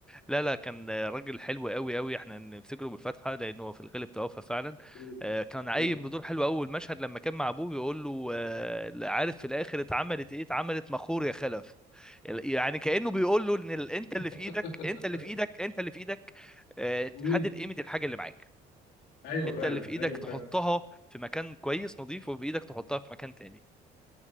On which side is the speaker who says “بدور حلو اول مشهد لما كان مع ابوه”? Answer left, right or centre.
Centre